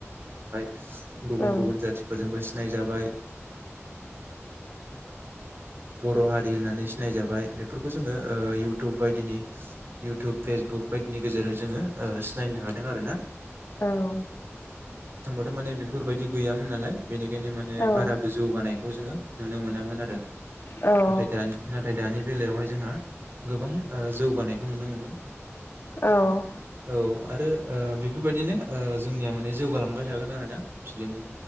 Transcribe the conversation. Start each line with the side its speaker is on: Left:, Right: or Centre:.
Right: गुबुन
Left: औ
Right: गुबुन जाथिफोरजोंबो सिनाय जाबाय बर' हारि होननानै सिनायजाबाय बेफोरखौ जोङो ओ इउटुब बायदिनि इउटुब फे सबुक बायदिनि गेजेरजों ओ जोङो सिनायनो हादों आरोना।
Left: औ
Right: थारमाने बेफोरबायदि गैयामोन नालाय बेनिखायनो माने
Left: औ
Right: बाराबो गोजौगानायखौ जोङो नुनो मोनामोन आरो।
Left: औ औ
Right: नाथाय दानि नाथाय दानि बेलायावहाय जोङो गोबां जौगानायखौ नुनो मोनदों।
Left: औ
Right: औ आरो ओ बेफोरबायदिनो ओ जोंनिया माने जौगालांबाय थागोन आरो ना? फिलिम